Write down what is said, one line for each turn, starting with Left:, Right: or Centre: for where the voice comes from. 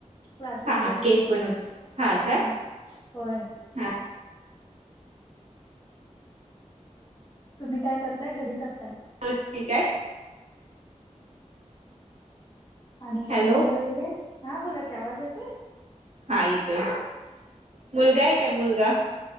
Left: क्लासेस
Right: हा हा
Left: घेते
Right: केक बनवत
Left: हा
Right: का
Left: होय
Right: हा
Left: तुम्ही काय करताय घरीच असताय
Right: ठीक आहे
Left: आणि
Right: हॅलो
Left: मुलं वगैरे हा बोला क आवाज येतय
Right: हा येतोय मुलगा आहे काय मुलगा